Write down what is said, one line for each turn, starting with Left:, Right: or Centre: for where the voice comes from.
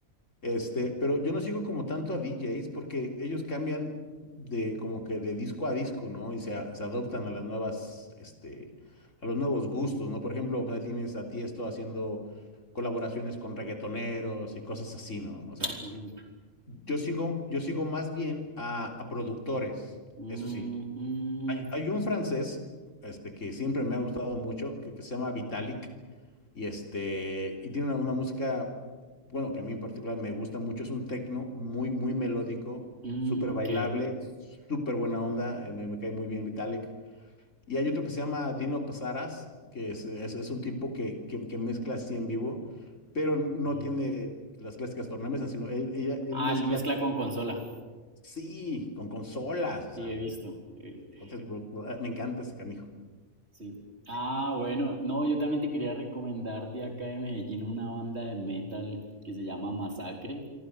Left: Este, pero yo no sigo como tanto a DJs porque ellos cambian de como que de disco a disco, ¿no? Y se, a- se adoptan a las nuevas, este, a los nuevos gustos, ¿no? Por ejemplo, pues, ahí tienes a Tiesto haciendo colaboraciones con reggaetoneros y cosas así, ¿no? O sea,
Right: ujú.
Left: yo sigo, yo sigo más bien a, a productores,
Right: Mm,
Left: eso sí.
Right: mm,
Left: Hay, hay un francés, este, que siempre me ha gustado mucho, que, que se llama Vitalik. Y este, y tiene una, una música, bueno, que a mí en particular me gusta mucho, es un tecno muy, muy melódico,
Right: mm,
Left: súper
Right: ok.
Left: bailable, súper buena onda, eh, me, me cae muy bien Vitalik. Y hay otro que se llama Dino Pasaras, que es, es- es un tipo que, que- que mezcla así en vivo, pero no
Right: Mm.
Left: tiene las clásicas tornamesas, sino él, ella- él
Right: Ah,
Left: mezcla
Right: el mezcla
Left: con,
Right: con consola.
Left: sí, con consolas, o
Right: Sí,
Left: sea,
Right: he visto, he visto.
Left: puta, es bru- bru- me encanta ese canijo.
Right: Sí. Ah, bueno, no, yo también te quería recomendar de acá de Medellín una banda de metal que se llama Masacre.